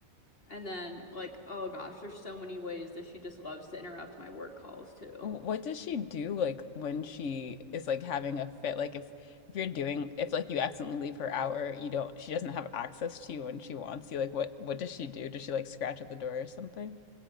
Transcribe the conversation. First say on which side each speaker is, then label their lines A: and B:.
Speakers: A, on the left; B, on the left.
A: and then, like, oh gosh, there's so many ways that she just loves to interrupt my work calls too.
B: What does she do like when she is like having a fit? Like if if you're doing if like you accidentally leave her out or you don't she doesn't have access to you when she wants you, like what what does she do? Does she like scratch at the door or something?